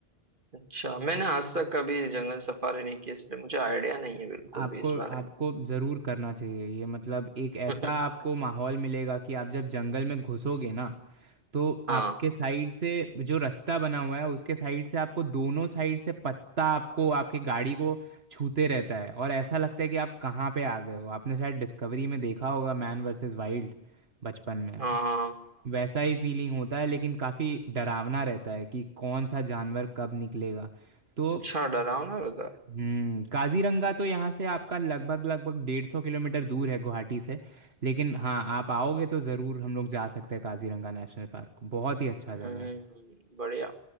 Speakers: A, on the right (about 55°); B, on the right (about 75°).
A: अच्छा मैंने आज तक कभी जंगल सफारी नहीं की इसलिए मुझे आइडिया नहीं है बिल्कुल
B: आपको
A: भी इस बारे
B: आपको
A: में
B: ज़रूर करना चाहिए ये मतलब एक ऐसा
A: <laughs>
B: आपको माहौल मिलेगा कि आप जब जंगल में घुसोगे ना तो
A: हाँ
B: आपके साइड से जो रास्ता बना हुआ है उसके साइड से आपको दोनों साइड से पत्ता आपको आपके गाड़ी को छूते रहता है और ऐसा लगता है कि आप कहाँ पे आ गए हो आपने शायद डिस्कवरी में देखा होगा मैन वर्सेस वाइल्ड बचपन में
A: हाँ हाँ हाँ,
B: वैसा
A: हाँ।
B: ही फीलिंग होता है लेकिन काफ़ी डरावना रहता है कि कौन सा जानवर कब निकलेगा तो
A: अच्छा डरावना रहता
B: हम्म काजीरंगा तो यहाँ से आपका लगभग लगभग डेढ़ सौ किलोमीटर दूर है गुवाहाटी से लेकिन हाँ आप आओगे तो ज़रूर हम लोग जा सकते हैं काजीरंगा नेशनल पार्क बहुत ही अच्छा जगह
A: है हम्म
B: है
A: बढ़िया